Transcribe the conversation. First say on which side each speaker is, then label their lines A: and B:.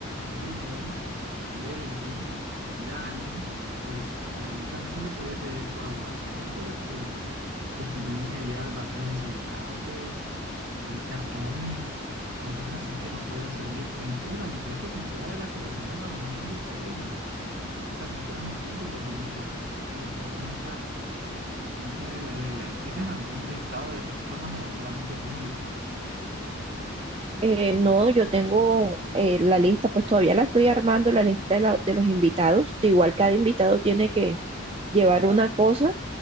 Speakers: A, on the right; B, on the right.
A: Julie, Lady, Dani, pues a ellos también se les puede pedir colaboración para que, por si tienen allá vasos desechables, eh, cartones, cosas así que nos puedan servir, pintura, incluso pintura de las que les sobran a los niños del colegio. Esa pintura nos sirve, los vinilos, y lo podemos usar. Entonces, eh, ¿tienes algún listado de personas o solamente tienes el plan?
B: Eh, no, yo tengo eh, la lista, pues todavía la estoy armando, la lista de, la- de los invitados. De igual cada invitado tiene que llevar una cosa,